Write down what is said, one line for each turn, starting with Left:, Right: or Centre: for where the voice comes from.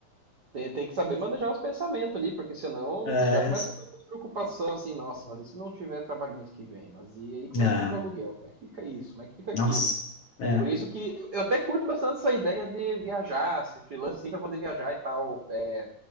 Right: Tem, tem que saber manejar os pensamentos ali, porque senão
Left: É,
Right: já começa uma preocupação assim, nossa, mas e se não tiver trabalho mês que vem? Mas e aí como
Left: é,
Right: é que fica o aluguel? Como é que fica isso? Como é que fica
Left: nossa,
Right: aquilo?
Left: é.
Right: Por isso que eu eu até curto bastante essa ideia de viajar, se freelance assim pra poder viajar e tal, é,